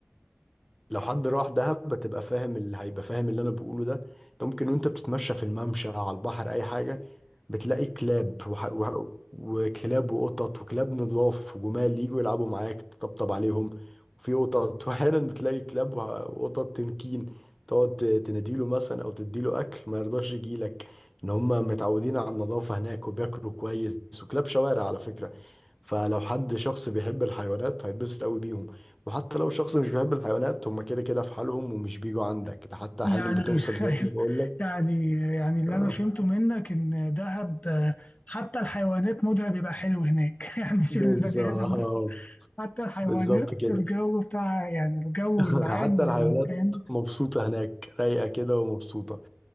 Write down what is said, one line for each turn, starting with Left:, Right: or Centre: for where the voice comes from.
Centre: لو حد راح دهب بتبقى فاهم اللي هيبقى فاهم اللي انا بقوله ده انت ممكن وانت بتتمشى في الممشى على البحر اي حاجه بتلاقي كلاب وح... وح... وكلاب وقطط وكلاب نضاف وجمال يجوا يلعبوا معاك تطبطب عليهم وفي قطط <laughs> واحيانا بتلاقي كلاب وه- وقطط تنكين تقعد ت- تناديله مثلا او تديله اكل ما يرضاش يجيلك ان هم متعودين على النظافه هناك وبياكلوا كويس وكلاب شوارع على فكره فلو حد شخص بيحب الحيوانات هيتبسط قوي بيهم وحتى لو الشخص مش بيحب الحيوانات هم كده كده في حالهم ومش بيجوا عندك ده حتى
Left: يعني
Centre: احيانا بتوصل
Left: <laughs>
Centre: زي ما بقول لك
Left: يعني يعني اللي
Centre: آه،
Left: انا فهمته منك ان دهب آه، حتى الحيوانات مودها بيبقى حلو هناك <laughs> يعني مش
Centre: بالظبط
Left: البني ادم بس حتى الحيوانات
Centre: بالظبط كده
Left: الجو بتاعها يعني الجو
Centre: <laughs>
Left: العام
Centre: حتى
Left: للمكان
Centre: الحيوانات مبسوطة هناك رايقة كده ومبسوطة